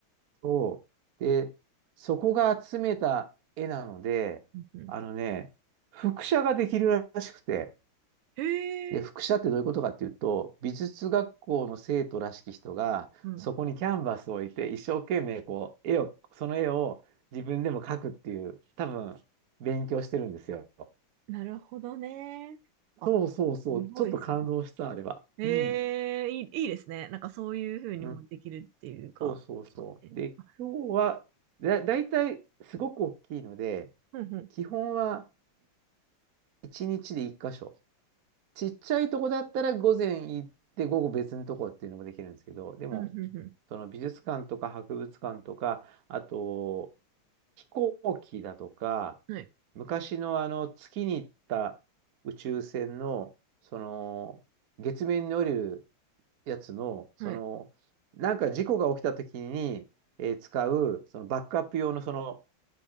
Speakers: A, on the right (about 55°); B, on the right (about 85°).
A: そう。で、そこが集めた絵なので、
B: うん、うん。
A: あのね、複写ができるらしくて、
B: えー、
A: で、複写ってどういうことかっていうと、美術学校の生徒らしき人が、
B: うん。
A: そこにキャンバスを置いて、一生懸命こう、絵を、その絵を自分でも描くっていう、多分、勉強してるんですよ。
B: なるほどね。あ、
A: そうそうそう、
B: すごい、
A: ちょっと感動した、
B: すごい。
A: あれは。
B: ええいい、
A: うん。
B: いいですね。なんかそういうふうにもできるっていうか。
A: うん。そうそうそう。
B: えーあ
A: で、今日は、だ、だいたいすごく大きいので、
B: うん、うん。
A: 基本は、一日で一箇所。ちっちゃいとこだったら午前行って午後別のとこっていうのもできるんですけど、でも、
B: うん、うん、う
A: その美術館とか博物館とか、あと、飛行機だとか、
B: ん。はい、
A: 昔のあの月に行った宇宙船の、その月面に降りるやつの、その、
B: はい。
A: なんか事故が起きた時に、えー使う、そのバックアップ用のその